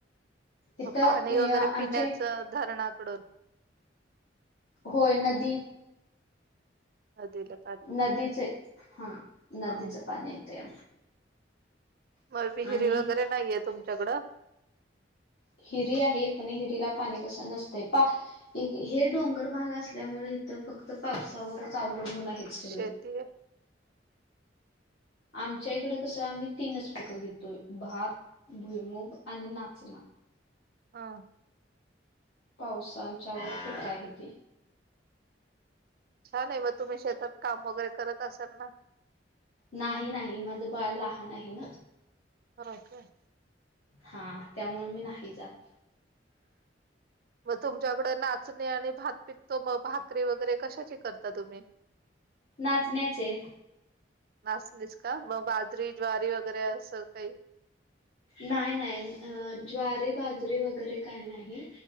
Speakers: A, on the left; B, on the right.
A: इथं
B: मग पाणी वगैरे
A: आमच्या
B: पिण्याचं
A: एक
B: धरणाकडून
A: होय नदी
B: अला
A: नदीचे हा नदीच
B: हा
A: पाणी येते
B: मग विहिरी
A: आणि
B: वगैरे नाहीये तुमच्याकडं
A: हिरी आहे पण हिरीला पाणी कसं नसतंय पा हे डोंगर भाग असल्यामुळे इथं फक्त पावसावरच अवलंबून आहेत सगळे
B: शेती ह
A: आमच्या इकड कसं आम्ही तीनच पिकं घेतोय भात, भुईमुग आणि नाचना
B: हा
A: पावसांच्या वर पीक आहे ते
B: छान आहे मग तुम्ही शेतात काम वगैरे करत असाल ना
A: नाही नाही माझं बाळ लहान आहे ना
B: ह काय
A: हा त्यामुळं मी नाही जात
B: मग तुमच्याकड नाचणी आणि भात पिकतो मग भाकरी वगैरे कशाची करता तुम्ही?
A: नाचण्याचे
B: नाचणीच का मग बाजरी, ज्वारी वगैरे असं काही
A: नाही नाही ज्वारी, बाजरी वगैरे काय नाही